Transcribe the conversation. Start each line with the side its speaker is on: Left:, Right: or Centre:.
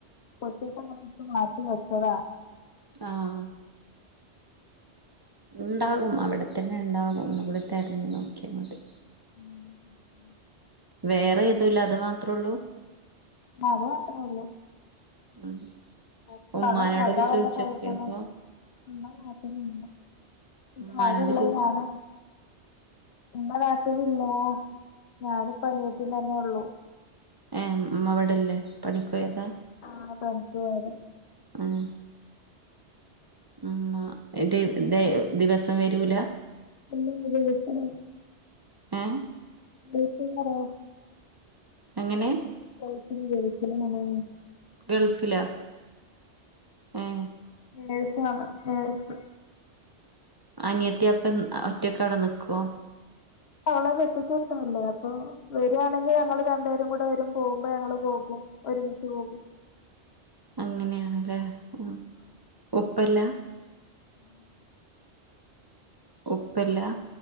Left: പൊട്ടിയപ്പോ ഇങ്ങനെ എട്ത്ത് മാറ്റി വെച്ചതാ
Right: ആഹ ഉണ്ടാകും അവിടെത്തന്നെ ഉണ്ടാകും ഒന്നൂകൂടി തെരഞ്ഞു നോക്കിയാൽ മതി.
Left: ഉം
Right: വേറെ ഏതൂല്ല അത് മാത്രേ ഉള്ളൂ?
Left: അത് മാത്രേള്ളൂ
Right: ഉം
Left: <unintelligible>
Right: ഉമ്മാനോടൊക്കെ ചോയിച്ചോക്കിയോ അപ്പൊ ഉമ്മാനോട്
Left: പാകം ഇള്ള
Right: ചോയിച്ചു
Left: ഞാനും ഇമ്മ നാട്ടിലില്ല ഞാനും ഇപ്പം അനിയതിം തന്നെ ഒള്ളു
Right: ഏ ഇമ്മ ഇവടെല്ലേ പണിക്കോയതാ?
Left: ആ പണിക്ക് പോയതാ
Right: <unintelligible> ഉമ്മാ എന്റെ ദെ ദിവസം വരൂല
Left: <unintelligible> വീട്ടിൽ
Right: ഏഹ്
Left: <unintelligible>
Right: എങ്ങനെ
Left: <unintelligible>
Right: ഗൾഫിലോ ഏ
Left: നേഴ്സ് ആണ് നേഴ്സ്
Right: അനിയത്തി അപ്പം ഒറ്റക്കവിടെ നിക്കോ?
Left: അവളെ കെട്ടിച്ചിവിട്ടല്ലേ അപ്പൊ വരൂണെങ്കിൽ ഞങ്ങൾ രണ്ട് പേരും കൂടെ വരും പോകുമ്പോ ഞങ്ങൾ പോകും ഒരുമിച്ച് പോകും.
Right: അങ്ങനെയാണല്ലേ? ഉം
Left: ആഹ്
Right: ഉപ്പല്ല?
Left: ഉം
Right: ഉപ്പല്ല